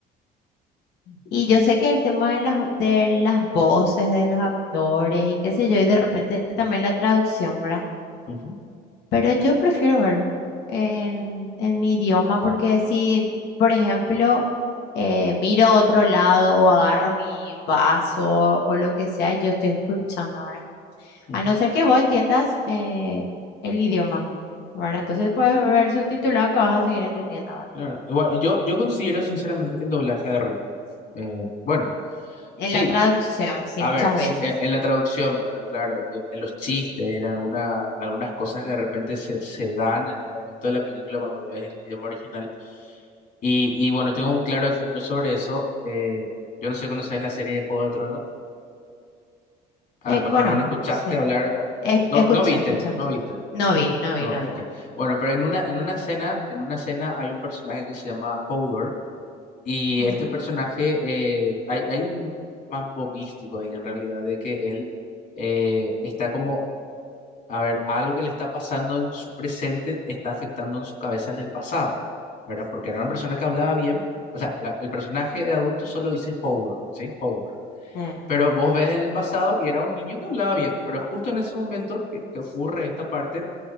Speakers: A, on the left (about 80°); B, on the left (about 60°).
A: Y yo sé que el tema de las, de las voces de los actores y qué sé yo, y de repente también la traducción, ¿verdad?
B: Ujú,
A: Pero yo prefiero ver en, en mi idioma porque si, por ejemplo, eh, miro a otro lado o agarro mi vaso o lo que sea, y yo estoy escuchando, ¿verdad?
B: ujú,
A: A no ser que vos entiendas eh, el idioma, ¿verdad? Entonces puedes ver subtitulado que vas a seguir entendiendo, ¿verdad?
B: claro. Igual, yo, yo considero sinceramente que el doblaje arruina. Eh, bueno.
A: En
B: Sí,
A: la traducción, sí,
B: A
A: muchas
B: ver, si-
A: veces.
B: e- en la traducción, ¿verdad? Claro, en, en los chistes, en alguna, algunas cosas que de repente se, se dan en el momento de la película cuando ves el idioma original. Y, y bueno, tengo un claro ejemplo sobre eso. eh, yo no sé, ¿conoces la serie de Juego de Tronos? Al-
A: Eh, conozco,
B: al- por lo menos escuchaste
A: sí.
B: hablar, bueno, no,
A: E-
B: no,
A: escucha,
B: no viste,
A: escucha, escucha.
B: no viste.
A: No vi, no vi,
B: No,
A: no
B: ok.
A: vi.
B: Bueno, pero en una, en una escena, en una escena hay un personaje que se llama Hodor y
A: Ujú.
B: este personaje, eh, hay, hay un mambo místico ahí en realidad de que él eh, está como A ver, algo que le está pasando en su presente está afectando en su cabeza en el pasado, ¿verdad? Porque era una persona que hablaba bien, o sea, la- el personaje de adulto solo dice Hodor, ¿sí? Hodor.
A: Eh,
B: Pero
A: ajá,
B: vos ves en el pasado y era un niño que hablaba bien, pero justo en ese momento que, que ocurre esta parte